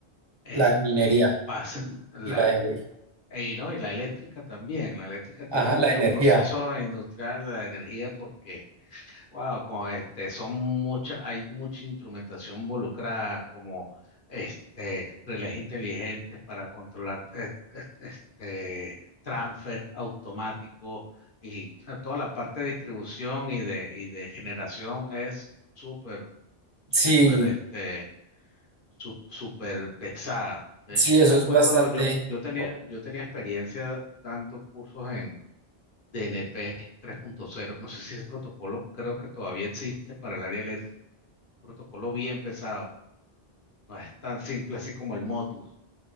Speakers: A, on the left (about 55°); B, on the right (about 30°).
A: este,
B: La de minería
A: pasa,
B: y
A: la,
B: y la de oil.
A: y, ¿no? y la eléctrica también, la eléctrica tiene
B: Ajá,
A: muchos
B: la energía.
A: procesos industriales, la energía, porque Wow, con este, son muchas, hay mucha instrumentación involucrada, como este, relés inteligentes para controlar eh, eh, este, transfer automático y o sea, toda la parte de distribución y de, y de generación es súper, súper,
B: Sí,
A: este, su- súper pesada. De
B: sí,
A: hecho, yo
B: eso
A: me acuerdo,
B: es bastante.
A: yo, yo tenía,
B: o-
A: yo tenía experiencia dando cursos DNP 3.0. No sé si ese protocolo creo que todavía existe para el área eléctrica. Protocolo bien pesado. No es tan simple así como el Modbus.